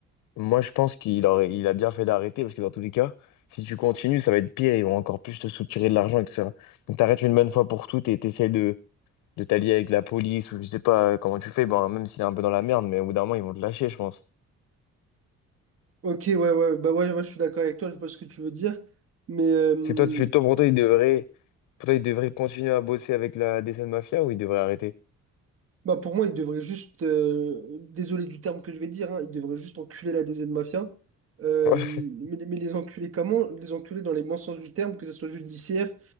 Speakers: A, on the left (about 85°); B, on the right (about 50°).
A: Moi, je pense qu'il aurait, il a bien fait d'arrêter parce que dans tous les cas, si tu continues, ça va être pire. Ils vont encore plus te soutirer de l'argent, etc. Donc, t'arrêtes une bonne fois pour toutes et t'essaies de, de t'allier avec la police ou je sais pas euh, comment tu fais. Ben, même s'il est un peu dans la merde, mais au bout d'un moment, ils vont te lâcher, je pense.
B: Ok, ouais, ouais, bah ouais, ouais, je suis d'accord avec toi, je vois ce que tu veux dire. Mais, euh,
A: Parce que toi, tu fais toi pour toi, il devrait, pour toi, il devrait continuer à bosser avec la DCN Mafia ou il devrait arrêter. <laughs>
B: Bah pour moi, il devrait juste, euh, désolé du terme que je vais dire, hein, il devrait juste enculer la DZ Mafia. Euh,
A: Ouais.
B: mais, mais les enculer comment? Les enculer dans les bons sens du terme, que ce soit judiciaire